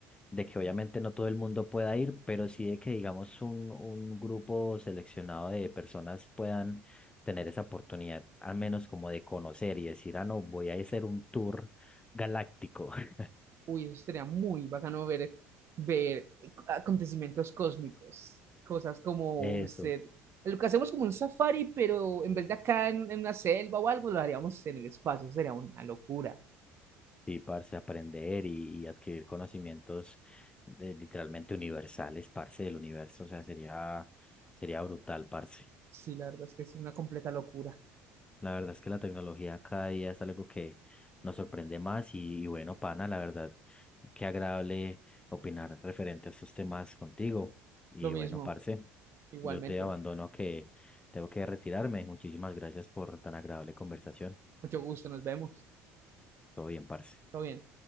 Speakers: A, on the left; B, on the right.
A: de que obviamente no todo el mundo pueda ir, pero sí de que digamos un, un grupo seleccionado de personas puedan tener esa oportunidad, al menos como de conocer y decir, ah, no, voy a hacer un tour galáctico. <laughs>
B: Uy, eso sería muy bacano ver, ver acontecimientos cósmicos. Cosas como
A: Eso,
B: un... usted- Lo que hacemos como un safari, pero en vez de acá en, en una selva o algo, lo haríamos en el espacio. Sería una locura.
A: sí, parce, aprender y, y adquirir conocimientos de- literalmente universales, parce, del universo, o sea, sería, sería brutal, parce.
B: Sí, la verdad es que es una completa locura.
A: La verdad es que la tecnología cada día es algo que nos sorprende más y, y bueno, pana, la verdad, qué agradable opinar referente a estos temas contigo. Y
B: Lo mismo,
A: bueno, parce,
B: igualmente.
A: yo te abandono que tengo que retirarme. Muchísimas gracias por tan agradable conversación.
B: Mucho gusto, nos vemos.
A: Todo bien, parce.
B: Todo bien.